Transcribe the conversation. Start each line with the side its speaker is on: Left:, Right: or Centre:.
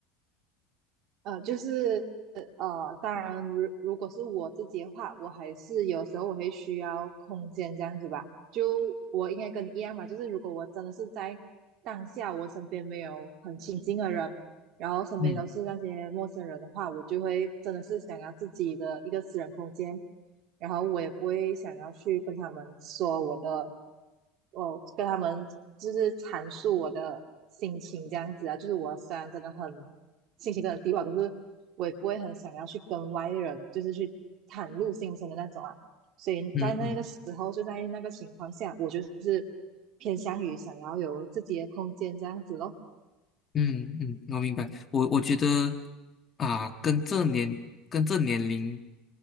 Right: 呃，就是呃，当然如如果是我自己的话，我还是有时候我会需要空间这样子吧。就我应该跟你一样吧，就是如果我真的是在当下，我身边没有很亲近的人，然后身边都是那些陌生人的话，
Left: 嗯
Right: 我就会真的是想要自己的一个私人空间。然后我也不会想要去跟他们说我的，我跟他们就是阐述我的心情这样子啊，就是我虽然真的很心情真的低落，可是我也不会很想要去跟外人就是去袒露心声的那种啊，所以在那个时候就在那个情况下，
Left: 嗯嗯。
Right: 我就是偏向于想要有自己的空间这样子咯，
Left: 嗯嗯，我明白。我我觉得啊，跟这年跟这年龄，